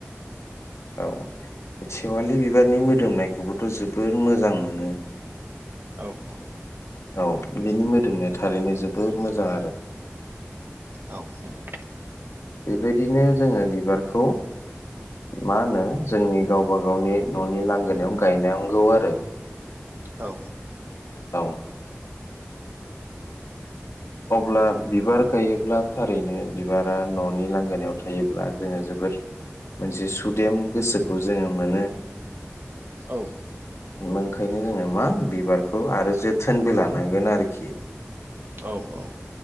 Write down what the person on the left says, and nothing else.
औ सेवालि बिबारनि मोदोमनायखौबोथ जोबोर मोजां मोनो।
औ बिनि मोदोमा थारैनो जोबोर मोजां आरो
बेबायदिनो जोंङो बिबारखौ मा होनो जोंनि गावबा गावनि ननि लांगोनायाव गायननांगौ आरो।
औ अब्ला बिबार गायोब्ला थारैनो बिबारा ननि लांगोनायाव थायोब्ला जोंङो जोबोर मोनसे सुदेम गोसोखौ जोंङो मोनो
नोंखायनो जोंङो मा बिबारखौ आरो जोथोनबो लानांगोन आरोखि।